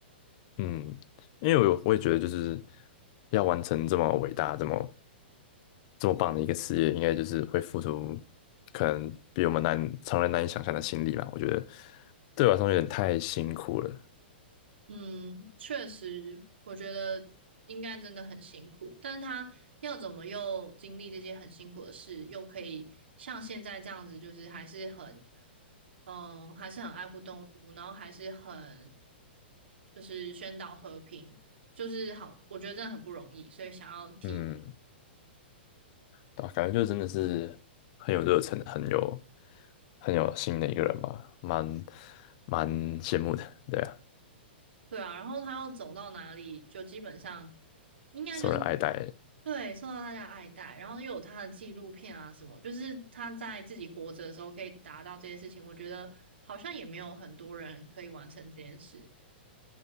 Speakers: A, on the left; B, on the right.
A: 嗯，因为我我也觉得就是要完成这么伟大、这么这么棒的一个事业，应该就是会付出可能比我们难常人难以想象的心力吧。我觉得对我来说有点太辛苦了。
B: 嗯，确实，我觉得应该真的很辛苦，但是他要怎么又经历这些很辛苦的事，又可以像现在这样子，就是还是很，嗯，还是很爱护动物，然后还是很，就是宣导和平，就是好，我觉得真的很不容易，所以想要提。
A: 嗯，对吧？感觉就真的是很有热忱，很有很有心的一个人吧，蛮蛮羡慕的，对啊，
B: 对啊，然后他要走到哪里，就基本上应该就是
A: 受人爱戴，
B: 对受到大家爱戴，然后又有他的纪录片啊什么，就是他在自己活着的时候可以达到这些事情，我觉得好像也没有很多人可以完成这件事。